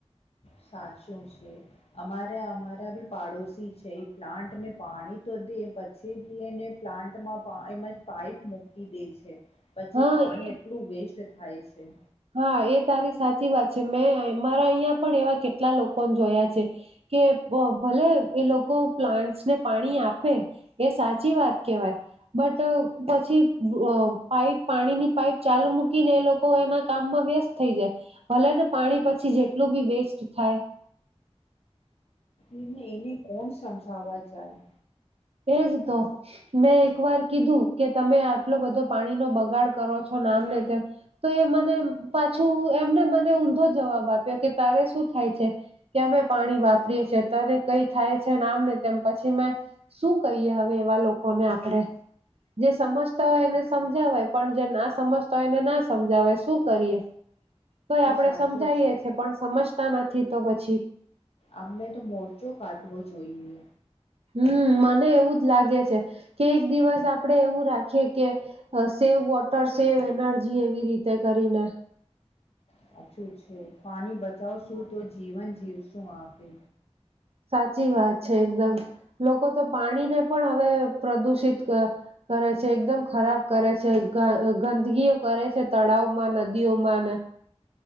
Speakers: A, on the left (about 65°); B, on the right (about 65°).
A: સાતશું છે. અમારા અમારા બી પાડોશી છે. પ્લાન્ટને પાણી તો દે પછી બી એને પ્લાન્ટમાં એમાં પાઈપ મૂકી દે છે. પછી
B: હા
A: પાણી
B: એ
A: એટલું વેસ્ટ થાય છે.
B: હા એ તારી સાચી વાત છે મેં મારા અહંયા પણ એવા કેટલા લોકોને જોયા છે, કે ભલે એ લોકો પ્લાન્ટસને પાણી આપે, એ સાચી વાત કેહેવાય, બટ પછી પાપ પાણીની પાઈપ ચાલુ મૂકીને એ લોકો એના કામમાં વ્યસ્ત થઈ જાય ભલે ને પાણી પછી જેટલું બી વેસ્ટ થાય
A: એ એને કોણ સમજાવવા જાય
B: એજ તો મેં એક વાર કીધું કે તમે આટલો બધો પાણી નો બગાડ કરો છો, નામ ને તેમ તો એ મને પાછું એમને મને ઊંધો જવાબ આપ્યો કે તારે શું થાય છે કે અમે પાણી વાપરીએ છેએ તને કઈ થાય છે નામ ને તેમ પછી મેં શું કહીએ હવે એવા લોકોને આપણેે, જે સમજતા હોય એને સમજાવય પણ જે ના સમજતા હોય એને ના સમજાવય શું કરીએ તોય આપણે
A: એ સાચું
B: સમજાઈએેીએ
A: છે
B: પણ સમજ તા નથી, તો, પછી
A: અમને તો મોરચો કાઢવો જોઈએ
B: હમ મને એવું જ લાગે છે કે એક દિવસ આપડે એવું રાખીએ કે સેવ વોટર સેવ એનર્જી એવી રીતે કરીને
A: સાછું છે પાણી બચાવશું તો જીવન જીવશું આપે
B: સાચી વાત છે એકદમ લોકો તો પાણીને પણ હવે પ્રદુષિત કરે છે એકદમ ખરાબ કરે છે ગંદગીઓ કરે છે તળાવમાં નદીઓમાં ને